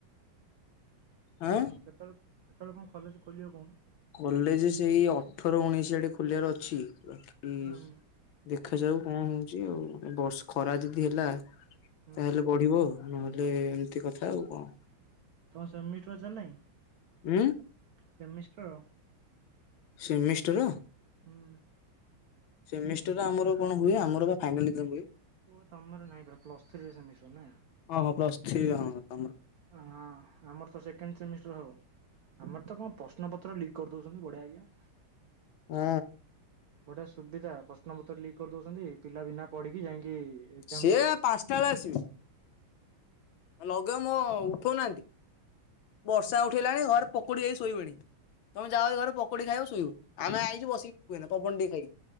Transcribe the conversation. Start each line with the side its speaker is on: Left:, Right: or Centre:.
Left: ଆଁ?
Right: କେତେବେଳେ କେତେବେଳେ କଣ କଲେଜ ଖୋଲିବ କହୁନ?
Left: କଲେଜ ସେଇ ଅଠର ଉଣେଇଶି ଆଡେ ଖୋଲିବାର ଅଛି ବାକି
Right: ହୁଁ
Left: ଦେଖାଯାଉ କଣ ହଉଚି। ଆଉ ବର୍ଷ ଖରା ଯଦି ହେଲା ତାହେଲେ
Right: ହୁଁ
Left: ବଢିବ। ନହେଲେ ଏମିତି କଥା ଆଉ କଣ?
Right: କଣ ସ ମିଟର ଏକଜାମ୍ ନାହିଁ?
Left: ହୁଁ?
Right: ସେମିଷ୍ଟର?
Left: ସେମିଷ୍ଟର?
Right: ହୁଁ।
Left: ସେମିଷ୍ଟାର ଆମର କଣ ହୁଏ? ଆମର ପା ଫ୍ୟାନାଲ ଏକଜାମ୍ ହୁଏ।
Right: ଓ ତମର ନାଇଁ ପରା ପ୍ଲସ ଥ୍ରୀରେ ସେମିଷ୍ଟାର ନା।
Left: ହଁ ହଁ ପ୍ଲସ୍ ଥ୍ରୀ ହଁ ତମର।
Right: ହଁ ଆମର ତ ସେକେଣ୍ଡ ସେମିଷ୍ଟାର ହବ। ଆମର ତ କଣ ପ୍ରଶ୍ନ ପତ୍ର ଲିକ୍ କରିଦଉଚନ୍ତି ବଢିଆ <unintelligible>
Left: ହ।
Right: ବଢିଆ ସୁବିଧା ପ୍ରଶ୍ନ ପତ୍ର ଲିକ୍ କରି ଦଉଚନ୍ତି। ପିଲା ବିନା ପଢିକି ଯାଇକି ଏକ୍ଜାମ
Left: ସିଏ
Right: ଦେବେ ଆଉ।
Left: ପାଞ୍ଚଟା ବେଳେ ଆସିବେ। ଲଗାମ ଉଠଉନାହାନ୍ତି। ବର୍ଷା ଉଠେଇଲାଣି ଘରେ ପକୁଡି ଖାଇକି ଶୋଇବଣୀ। ତମେ ଯାଅ ଘରେ ପକୁଡି ଖାଇବ ଶୋଇବ। ଆମେ ଆଇଚୁ ବସିକି ଯିବୁ ଏଇନା ପବନ ଟିକେ ଖାଇକି।